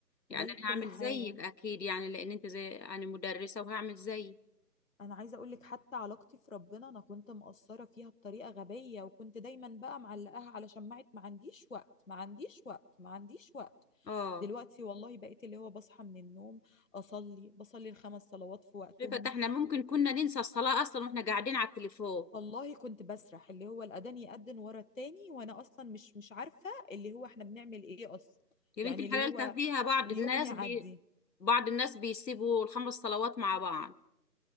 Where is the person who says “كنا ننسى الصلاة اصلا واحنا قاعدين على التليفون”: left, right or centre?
Left